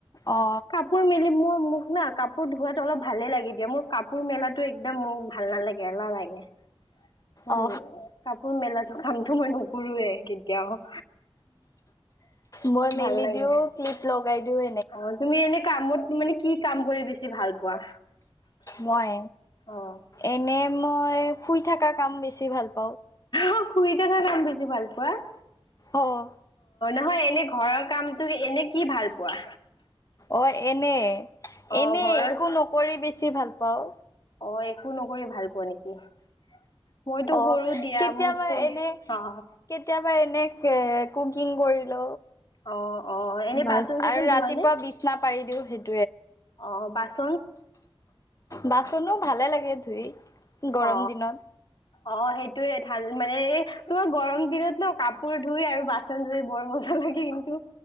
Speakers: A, on the left (about 35°); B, on the left (about 50°).
A: অ
B: কাপোৰ মেলি মোৰ না কাপোৰ ধোৱাতো অলপ ভালে লাগে দিয়া মোৰ কাপোৰ মেলাটো একদম মোৰ ভাল নালাগে এলাহ লাগে- হয়
A: অ
B: কাপোৰ মেলা কামটো মই নকৰোৱে কেতিয়াও-
A: মই মেলি
B: ভাল লাগে
A: দিও ক্লিপ লগাই দিওঁ-
B: অ তুমি এনে কামত মানে কি কাম কৰি বেছি ভাল পোৱা?
A: মই
B: অ
A: এনে মই শুই থকা কাম বেছি ভাল পা-
B: অ শুই থকা কাম বেছি ভাল পোৱা।
A: অ-
B: নহয় এনে ঘৰৰ কামটো এনে কি ভাল পোৱা?
A: অ এনে
B: অ
A: এনে
B: ঘৰৰ
A: একো নকৰি বেছি ভাল পাওঁ।
B: অ একো নকৰি ভাল পোৱা নেকি মইতো
A: অ
B: কৰো দিয়া
A: কেতিয়াবা
B: মোক কৈ
A: এনে
B: অ
A: কেতিয়াবা এনে এ কুকিং কৰি ল
B: অ অ এনে
A: বাছ
B: বাচন চাচন
A: আৰু ৰাতিপুৱা
B: ধোৱা নে
A: বিছনা পাৰি দিও সেইটো -
B: অ বাচন-
A: বাচনো ভালে লাগে ধুই। গৰম
B: অ
A: দিনত
B: অ সেইটোয়ে। ভাল মানে তোমাৰ গৰম দিনত ন কাপোৰ ধুই আৰু বাচন ধুই বৰ মজা লাগে কিন্তু।